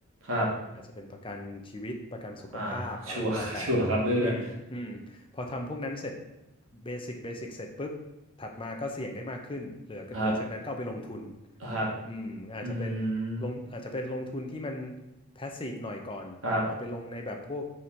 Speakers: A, on the right; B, on the left.
A: ครับ
B: อาจจะเป็นประกันชีวิตประกันสุขภาพอะไรก็แล้วแต่
A: อ่าชัวร์ <laughs> ชัวร์ครับเรื่องเนี้ย
B: อืม อืม พอทำพวกนั้นเสร็จเบสิกเบสิกเสร็จปุ๊บ ถัดมาก็เสี่ยงได้มากขึ้นเหลือเหลือจากนั้นก็เอาไปลงทุน
A: ครับ ครับ
B: อืมอาจจะเป็น
A: อืม
B: ลงอาจจะเป็นลงทุนที่มัน passive หน่อยก่อนเอาไปลงในแบบพวก
A: ครับ